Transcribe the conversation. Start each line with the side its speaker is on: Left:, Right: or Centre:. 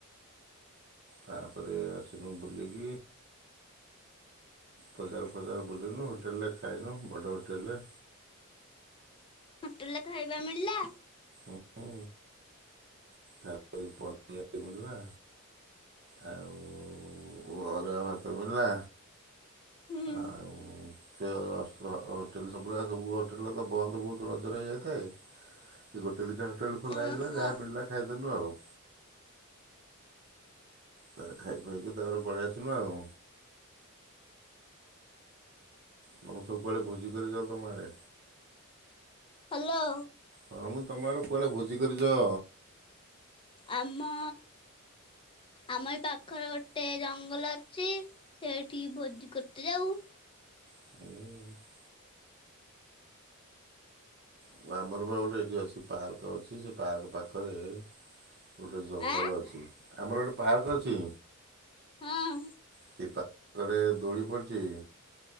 Right: ତାପରେ ଆସିଲୁ ବୁଲିକି ବଜାର ଫଜାର ବୁଲିନୁ, ହୋଟେଲରେ ଖାଇନୁ, ବଡ଼ ହୋଟେଲରେ।
Left: ହୋଟେଲରେ ଖାଇବା ମିଳିଲା?
Right: ହୁଁ। <unintelligible> ମିଳିଲା। ଆଉ ଅରୁଆ ଭାତ ମିଳିଲା।
Left: ହୁଁ
Right: ଆଉ ସେ ହୋଟେଲ ସବୁୁରା ସବୁ ହୋଟେଲ ତ ବନ୍ଦ ବହୁତ ରଜରେ ହେଇଯାଇଥାଏ। ସେ ଗୋଟେ ଦିଟା ହୋଟେଲ ଖୋଲା
Left: ଓହୋ
Right: ହେଇଥିଲା ଯାହା ମିଲା ଖାଇଦେନୁ ଆଉ। ତାର ଖାଇ ଖୁଆଇକି ତାପରେ ପଳେଇ ଆସିଲୁ ଆଉ। ତୁମେ ସବୁ କୁଆଡେ ଭୋଜି କରି ଯାଅ ତମ ଆଡ଼େ?
Left: ହ୍ୟାଲୋ।
Right: ହଁ ମୁଁ ତମର କୁଆଡ଼େ ଭୋଜି କରିଛ?
Left: ଆମ ଆମର ଏ ପାଖରେ ଗୋଟେ ଜଙ୍ଗଲ ଅଛି, ସେଠିକି ଭୋଜି କରତେ ଯାଉ।
Right: ଉଁ କୁ ଆମର ବା ଗୋଟେ ଏଠି ଅଛି ପାର୍କ ଅଛି ସେ ପାର୍କ ପାଖରେ ଗୋଟେ ଜଙ୍ଗଲ
Left: ଆଁ
Right: ଅଛି ଆମର ଗୋଟେ ପାର୍କ ଅଛି।
Left: ହଁ
Right: ସେ ପାଖରେ ଦୋଳି ପଡ଼ିଛି।